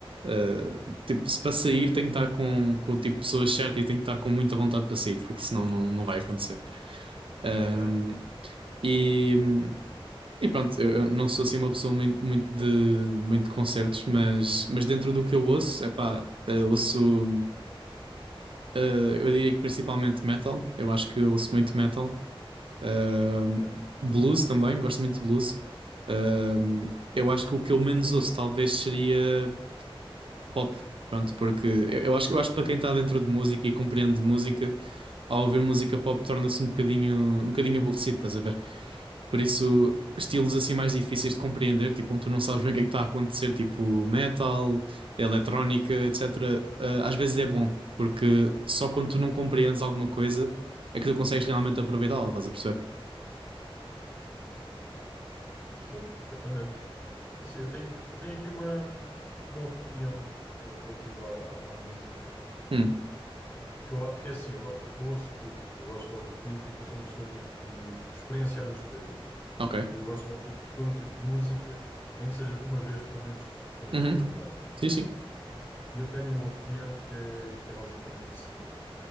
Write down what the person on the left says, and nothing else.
ok,
ok.
Uhum.
Ok. Percebo perfeitamente. Assim, eu tenho, eu tenho aqui uma, uma opinião rel- relativa à, à- à música.
Porque, eu, porque é assim, eu, eu ouço tudo, eu gosto de ouvir tudo, porque eu sou uma pessoa muito de experienciar as coisas.
Então eu gosto de ouvir todo o tipo de música, nem que seja uma vez, pelo menos, para experimentar.
E eu tenho uma opinião que é, que é basicamente a seguinte: